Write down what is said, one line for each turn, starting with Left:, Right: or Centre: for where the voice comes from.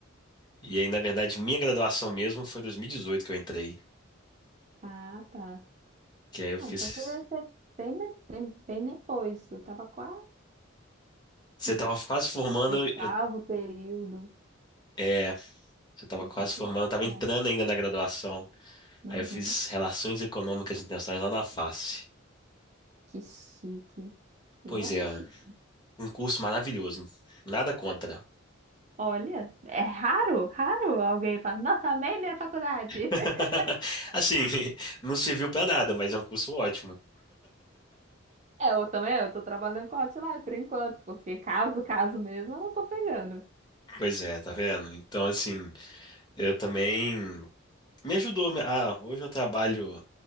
Left: E aí, na verdade, minha graduação mesmo foi em 2018 que eu entrei.
Right: Ah, tá.
Left: Que aí eu
Right: Ah,
Left: fiz.
Right: então foi foi bem, ne- bem, bem depois. Eu estava quase
Left: Você
Right: no
Left: tava quase formando,
Right: oitavo
Left: eu,
Right: período.
Left: é, você tava
Right: assim,
Left: quase formando, eu tava
Right: É.
Left: entrando ainda na graduação.
Right: Uhum.
Left: Aí eu fiz Relações Econômicas Internacionais lá na FACE.
Right: Que chique. Eu
Left: Pois
Right: acho
Left: é,
Right: chique.
Left: um curso maravilhoso. hein? Nada contra.
Right: Olha, é raro, raro alguém fala, nossa, amei minha faculdade.
Left: <laughs>
Right: <laughs>
Left: Assim, não serviu pra nada, mas é um curso ótimo.
Right: É, eu também, eu tô trabalhando com Hotline por enquanto, porque caso, caso mesmo, eu não tô pegando.
Left: Pois é, tá vendo? Então, assim, eu também me ajudou. me- Ah, hoje eu trabalho